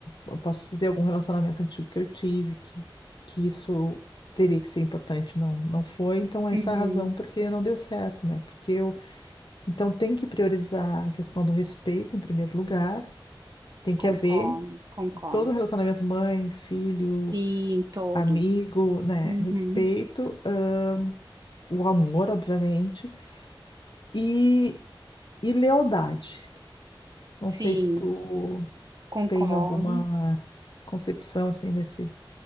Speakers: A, on the left; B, on the right.
A: eu posso dizer algum relacionamento antigo que eu tive, que, que isso teria que ser importante, não, não foi, então essa
B: Uhum.
A: é a razão porque não deu certo, né? Porque eu, então tem que priorizar a questão do respeito em primeiro lugar, tem que
B: Concordo,
A: haver
B: concordo.
A: todo relacionamento mãe, filho,
B: Sim, todos.
A: amigo, né?
B: Uhum.
A: Respeito, ah, o amor, obviamente, e, e lealdade. Não
B: Sim,
A: sei se tu
B: concordo.
A: tem alguma concepção assim desse